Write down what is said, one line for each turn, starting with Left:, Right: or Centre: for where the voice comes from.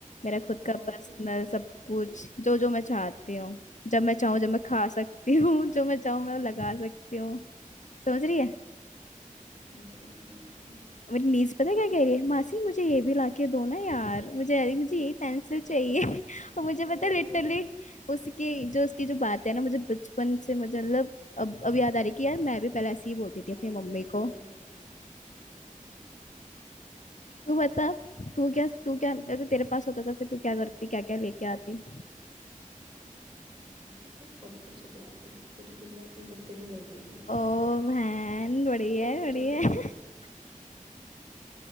Left: मेरा खुद का
Right: और
Left: पर्सनल
Right: तू
Left: सब कुछ
Right: हम्म,
Left: जो जो मैं चाहती हूँ जब मैं चाहूँ जब मैं खा सकती हूँ <laughs> जो मैं चाहूँ मैं लगा सकती हूँ समझ रही है
Right: समझ रहे समझ रहे
Left: मेरी नीज पता है क्या कह रही है मासी मुझे ये भी लाके दो ना यार मुझे मुझे यही पेंसिल चाहिए <laughs> और मुझे
Right: हाँ,
Left: पता है लिटरली
Right: अगर
Left: उसके
Right: हम्म,
Left: जो उसकी जो बात है ना मुझे बचपन से मुझे मतलब अब अब याद आ रही कि यार मैं भी पहले ऐसे ही बोलती थी
Right: डाल
Left: अपनी
Right: दिया
Left: मम्मी
Right: हो
Left: को
Right: गया है। हाँ
Left: तू बता तू क्या तू क्या अगर तेरे पास होता था फिर तू क्या करती क्या क्या लेके आती
Right: मैं तो सब कुछ ले आती पूरी दुनिया अपनी मुट्ठी में कर लेती
Left: ओ बहन बढ़िया
Right: छोटे
Left: है बढ़िया
Right: छोटे से
Left: है
Right: हाथ
Left: <laughs>